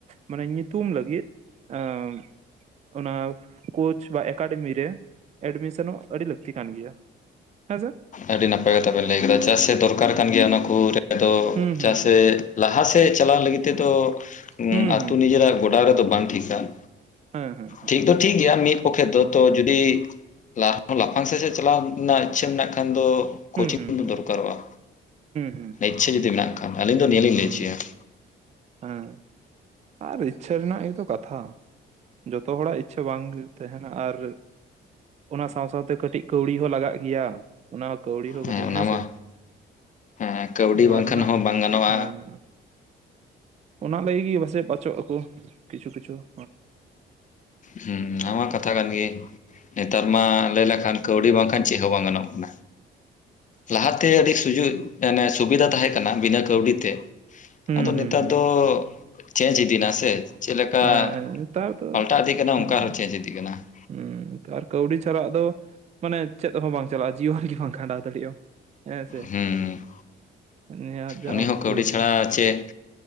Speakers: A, on the right; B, on the left.
A: ᱢᱟᱱᱮ ᱧᱩᱛᱩᱢ ᱞᱟᱹᱜᱤᱫ ᱾ <inaudible> ᱚᱱᱟ ᱠᱳᱪ ᱵᱟ ᱮᱠᱟᱰᱮᱢᱤ ᱨᱮ ᱮᱰᱢᱤᱥᱚᱱᱚᱜ ᱟᱹᱰᱤ ᱞᱟᱹᱠᱛᱤ ᱠᱟᱱ ᱜᱮᱭᱟ ᱾ ᱦᱮᱸ ᱥᱮ?
B: ᱟᱹᱰᱤ ᱱᱟᱯᱟᱭ ᱠᱟᱛᱷᱟ ᱵᱮᱱ ᱞᱟᱹᱭ ᱠᱮᱫᱟ ᱪᱟᱥᱮᱜ ᱫᱚᱨᱠᱟᱨ ᱠᱟᱱ ᱜᱮᱭᱟ ᱚᱱᱟ ᱠᱚᱫᱚ ᱨᱮᱫᱚ
A: ᱦᱩᱸ ᱦᱩᱸ
B: ᱪᱟᱥ ᱛᱮᱜ ᱞᱟᱦᱟᱥᱮᱜ ᱪᱟᱞᱟᱣ ᱞᱟᱹᱜᱤᱫ ᱛᱮᱫᱚ
A: ᱦᱩᱸ
B: ᱟᱹᱛᱩ
A: ᱦᱩᱸ
B: ᱱᱤᱡᱮᱨᱟᱜ ᱜᱚᱰᱟ ᱨᱮᱫᱚ ᱵᱟᱝ ᱴᱷᱤᱠ ᱾ <inaudible>
A: ᱦᱮᱸ ᱦᱩᱸ ᱦᱩᱸ,
B: ᱴᱷᱤᱠ ᱫᱚ ᱴᱷᱤᱠ ᱜᱮᱭᱟ ᱢᱤᱫ ᱯᱚᱠᱠᱷᱮ ᱫᱚ ᱛᱚ ᱡᱩᱫᱤ ᱞᱟᱜ ᱞᱟᱯᱷᱟᱝ ᱥᱮ ᱥᱮᱪᱮᱫ ᱪᱟᱞᱟᱣ ᱱᱟᱜ ᱤᱪᱪᱷᱟ. ᱢᱮᱱᱟᱜ ᱠᱷᱟᱱ ᱫᱚ
A: ᱦᱩᱸ
B: ᱠᱳᱪᱤᱝ
A: ᱦᱩᱸ
B: ᱫᱚ
A: ᱦᱩᱸ
B: ᱫᱚᱨᱠᱟᱨᱚᱜᱼᱟ
A: ᱦᱩᱸ ᱦᱩᱸ
B: ᱤᱪᱪᱷᱟᱹ ᱡᱩᱫᱤ ᱢᱮᱱᱟᱜ ᱠᱷᱟ ᱠᱷᱟᱱ ᱟᱹᱞᱤᱧ ᱫᱚ ᱱᱤᱭᱟᱹ ᱞᱤᱧ
A: ᱦᱩᱸ
B: ᱞᱟᱹᱭ ᱪᱚᱭᱟ ᱾
A: ᱦᱮᱸ ᱟᱨ ᱤᱪᱪᱷᱟᱹ ᱨᱮᱱᱟᱜ ᱜᱮᱛᱚ ᱠᱟᱛᱷᱟ. ᱾ ᱡᱚᱛᱚ ᱦᱚᱲᱟᱜ ᱤᱪᱪᱷᱟᱹ ᱵᱟᱝ ᱛᱟᱦᱮᱱᱟ ᱟᱨ ᱚᱱᱟ ᱥᱟᱶ ᱥᱟᱶᱛᱮ ᱠᱟᱹᱴᱤᱡ ᱠᱟᱹᱣᱨᱤ ᱦᱚᱸ ᱞᱟᱜᱟᱜ ᱜᱮᱭᱟ ᱾ ᱚᱱᱟ ᱠᱟᱹᱣᱨᱤ ᱦᱚᱸ
B: ᱦᱮᱸ
A: ᱠᱟᱹᱴᱤᱡ
B: ᱚᱱᱟ
A: ᱦᱮᱸᱥᱮ
B: ᱢᱟ ᱦᱮᱸ ᱠᱟᱹᱣᱰᱤ
A: ᱚᱱᱟ
B: ᱵᱟᱝᱠᱷᱟᱱ
A: ᱨᱮᱱᱟᱜ
B: ᱦᱚᱸ ᱵᱟᱝ ᱜᱟᱱᱚᱜᱼᱟ
A: ᱦᱮᱸ ᱾ ᱚᱱᱟ ᱞᱟᱹᱜᱤᱫ ᱜᱮ ᱯᱟᱥᱮᱡ ᱵᱟᱪᱚᱜ ᱟᱠᱚ ᱠᱤᱪᱷᱩ ᱠᱤᱪᱷᱩ ᱾
B: ᱦᱩᱸ ᱱᱚᱣᱟ ᱢᱟ ᱠᱟᱛᱷᱟ ᱠᱟᱱ ᱜᱤ ᱱᱮᱛᱟᱨ ᱢᱟ ᱞᱟᱹᱭ ᱞᱮᱠᱷᱟᱱ ᱠᱟᱹᱣᱰᱤ ᱵᱟᱝᱠᱷᱟᱱ ᱪᱮᱜ ᱦᱚᱸ ᱵᱟᱝ ᱜᱟᱱᱚᱜ ᱠᱟᱱᱟ ᱾ ᱞᱟᱦᱟᱛᱮ ᱟᱹᱰᱤ ᱥᱩᱡᱩᱜ ᱛᱮᱱᱮ ᱥᱩᱵᱤᱫᱷᱟ ᱛᱟᱦᱮᱸ ᱠᱟᱱᱟ ᱵᱤᱱᱟᱹ ᱠᱟᱹᱣᱰᱤ ᱛᱮ
A: ᱦᱩᱸ
B: ᱟᱫᱚ ᱱᱤᱛ
A: ᱦᱩᱸ
B: ᱱᱮᱛᱟᱨ ᱫᱚ ᱪᱮᱱᱪ ᱤᱫᱤ ᱱᱟ ᱥᱮ ᱾ ᱪᱮᱜ ᱞᱮᱠᱟ
A: ᱦᱮᱸ ᱱᱮᱛᱟᱨ ᱫᱚ
B: ᱯᱟᱞᱴᱟ ᱤᱫᱤᱜ ᱠᱟᱱᱟ
A: ᱦᱩᱸ
B: ᱚᱱᱠᱟ ᱦᱚᱸ ᱪᱮᱱᱪ ᱤᱫᱤᱜ ᱠᱟᱱᱟ ᱾
A: ᱦᱩᱸ ᱟᱨ ᱠᱟᱹᱣᱰᱤ ᱪᱟᱞᱟᱜ ᱫᱚ ᱢᱟᱱᱮ ᱪᱮᱫ ᱦᱚᱸ ᱵᱟᱝ ᱪᱟᱞᱟᱜᱼᱟ ᱡᱤᱭᱚᱱ ᱜᱮ ᱵᱟᱝ ᱠᱷᱟᱸᱰᱟᱣ ᱫᱟᱲᱮᱭᱟᱜᱼᱟᱢ ᱾ ᱦᱮᱸ ᱥᱮ
B: ᱦᱩᱸ
A: ᱱᱤᱭᱟ ᱡᱟ
B: ᱩᱱᱤ ᱦᱚᱸ
A: ᱚᱵᱚᱥᱛᱷᱟ
B: ᱠᱟᱹᱣᱰᱤ ᱪᱷᱟᱲᱟ
A: ᱾
B: ᱪᱮᱫ